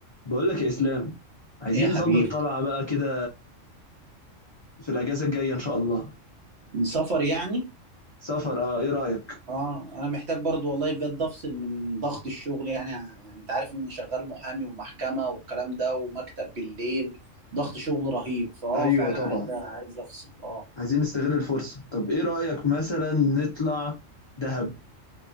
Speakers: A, on the left; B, on the right.
A: بقول لك يا اسلام عايزين
B: ايه يا حبيبي
A: نظبط طلعه بقى كده في الاجازه الجايه ان شاء الله
B: سفر يعني
A: سفر اه ايه رايك
B: اه انا محتاج برضو والله بجد افصل من ضغط الشغل يعني يعني انت عارف اني شغال محامي ومحكمة والكلام ده ومكتب بالليل ضغط شغل رهيب فاه
A: ايوه
B: فعلا
A: طبعا
B: عايز عايز افصل اه
A: عايزين نستغل الفرصه طب ايه رايك مثلا نطلع دهب